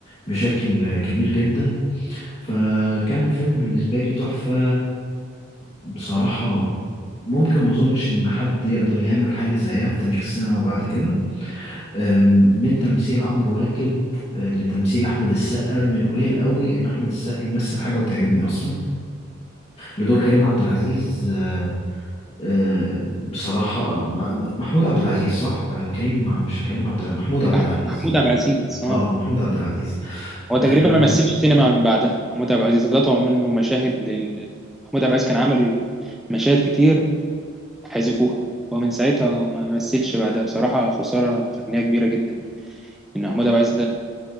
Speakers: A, on the left; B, in the centre.
A: بشكل آه، كبير جدا فكان فيلم بالنسبة لي تحفة بصراحة ممكن ما اظنش ان حد يقدر يعمل حاجة زيها في تاريخ السينما بعد كده آم، من تمثيل عمرو واكد آه، لتمثيل احمد السقا من قليل قوي ان احمد السقا يمثل حاجة وتعجبني اصلا لدور كريم عبد العزيز آه، آه، بصراحة آه، م- محمود عبد العزيز صح؟ آه، كريم مش كريم عبد محمود عبد
B: أح-
A: العزيز
B: محمود عبد العزيز اه
A: اه محمود عبد العزيز
B: هو
A: آه،
B: تقريبا ما مثلش سينما من بعدها محمود عبد العزيز قطعوا منه مشاهد لل... محمود عبد العزيز كان عامل مشاهد كتير حذفوها ومن ساعتها ما مثلش بعدها بصراحة خسارة فنية كبيرة جدا إن محمود عبد العزيز